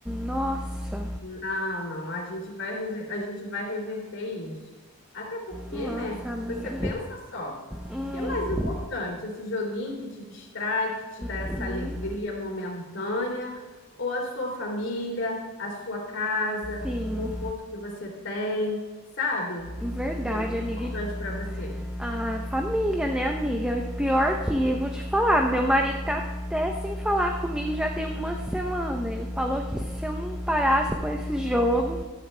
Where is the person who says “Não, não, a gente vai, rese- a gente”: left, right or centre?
Left